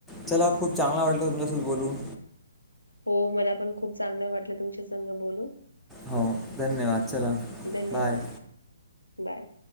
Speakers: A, in the centre; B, on the left.
A: चला खूप चांगला वाटत तुमच्यासोबत बोलून
B: हो मला पण खूप चांगलं वाटलं तुमच्या संघ बोलून
A: हो धन्यवाद चला
B: धन्यवाद.
A: बाय
B: बाय